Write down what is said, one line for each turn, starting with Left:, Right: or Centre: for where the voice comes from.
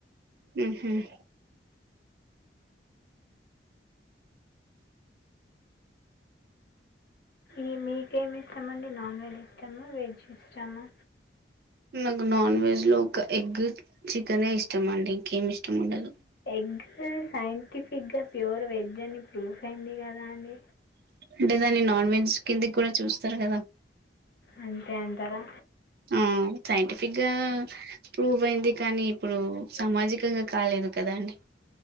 Right: ఊ హ్మ్
Left: ఈ మీకేమి ఇష్టమండి నాన్వెజ్ ఇష్టమా వెజ్ ఇస్టమా
Right: నాకు నాన్ వెజ్ లో ఒక ఎగ్గు చికెనే ఇష్టం అండి ఇంకేమి ఇష్టం ఉండదు.
Left: ఎగ్గు సైంటిఫ్ ఫిగ్గా ప్యూర్ వెజ్ అని ప్రూఫ్ అయింది కదా అండి.
Right: అంటే దాన్ని నాన్ వెజ్ కిందికి కూడా చూస్తారు కదా
Left: అంతే అంటారా
Right: ఆ సైంటిఫిక్గా ప్రూవ్ అయింది కానీ ఇప్పుడు సామాజికంగా కాలేదు కదా అండి